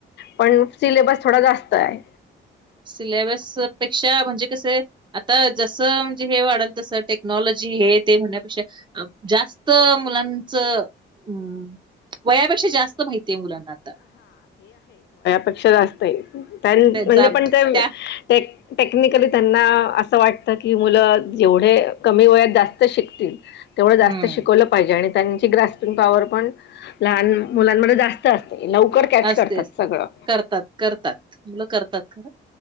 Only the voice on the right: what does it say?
सिलॅबस पेक्षा, म्हणजे कसय आता जसं, म्हणजे हे वाढल, तसं टेक्नॉलॉजी, हे ते म्हणण्यापेक्षा अप जास्त मुलांचं, हम् वयापेक्षा जास्त माहितीये, मुलांना आता.
त्यांचा
अभ्यास
त्या
हम्म
असते
असते
करतात करतात मुलं करतात खरं